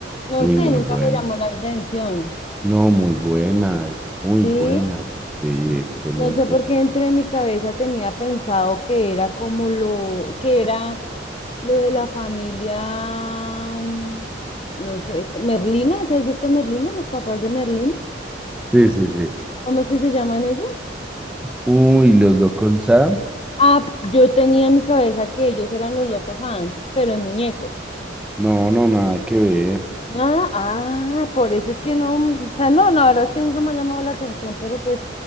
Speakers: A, on the left; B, in the centre.
A: No
B: muy,
A: sé,
B: muy
A: nunca
B: buena.
A: me llamó la atención,
B: No, muy buena, muy
A: ¿sí?
B: buena. Sí, excelente.
A: No sé por qué dentro de mi cabeza tenía pensado que era como lo, que era lo de la familia, mm, no sé, co- Merlina, ¿sí ¿has visto Merlina? Los papás de Merlina,
B: Sí, sí, sí.
A: ¿cómo es que se llaman ellos?
B: Uy, los locos Sam.
A: Ah, yo tenía en mi cabeza que ellos eran los locos Adams, pero en muñecos.
B: No, no, nada que ver.
A: Ah, ah, por eso es que no, o sea, no, la verdad es que nunca me ha llamado la atención, pero pues